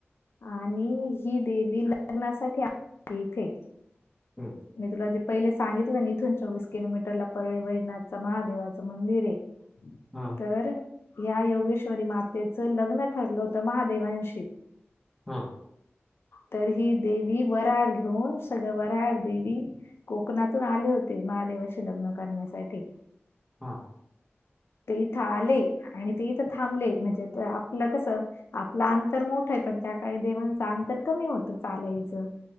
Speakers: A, on the left; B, in the centre.
A: आणि ही देवी लग्नासाठी आलेली इथे.
B: हम.
A: मी तुला जे पहिले सांगितलं ना इथून चोवीस किलोमीटरला परळी वैद्यनाथ चं महादेवाचं मंदिर आहे. हम्
B: हा.
A: तर या योगेश्वरी मातेचं लग्न ठरलं होतं महादेवांशी.
B: हां.
A: तर ही देवी व्हराड घेऊन, सगळं व्हराड देवी कोकणातून आले होते, महादेवाशी लग्न करण्यासाठी.
B: हा.
A: ते इथं आले आणि ते इथं थांबले, म्हणजे आपलं कस आपलं अंतर मोठंय पण त्या काळी देवांचं अंतर कमी होत चालायचं.